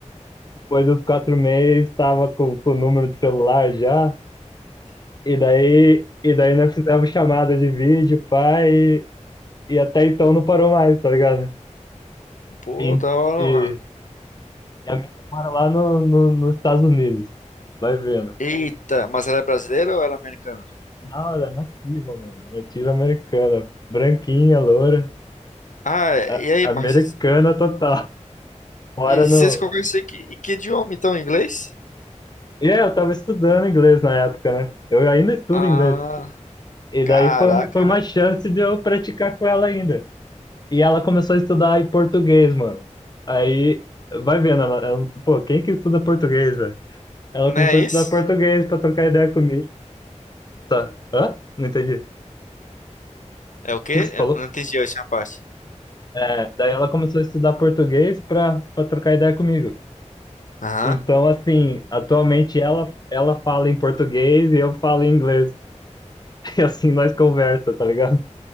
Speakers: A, on the left; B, on the left.
A: Depois dos quatro meses, tava com, com o número de celular já. E daí, e daí nós fizemos chamada de vídeo, pai, e, e até então não parou mais, tá ligado?
B: pô,
A: E,
B: da hora,
A: e-
B: mano.
A: E a minha mora lá no, no, nos Estados Unidos. Vai vendo.
B: Eita, mas ela é brasileira ou ela é americana?
A: Não, ela é nativa, mano. Nativa americana. Branquinha, loura.
B: Ah,
A: a-
B: e aí, mas
A: Americana total. Mora
B: e
A: no.
B: vocês conversam em que, em que idioma, então, em inglês?
A: E é, eu tava estudando inglês na época, né? Eu ainda estudo
B: Ah,
A: inglês. E
B: caraca.
A: daí foi, um- foi uma chance de eu praticar com ela ainda. E ela começou a estudar em português, mano. Aí, vai vendo, ela, ela- pô, quem que estuda português, velho? Ela
B: Não
A: começou
B: é
A: a
B: isso?
A: estudar português pra trocar ideia comigo. Tá. Hã? Não entendi. O
B: É o quê?
A: que que você falou?
B: Eu não entendi a última parte.
A: É, daí ela começou a estudar português para para trocar ideia comigo.
B: Aham.
A: Então,
B: <laughs>
A: assim, atualmente ela ela fala em português e eu falo em inglês. <laughs> E assim nós conversa, tá ligado?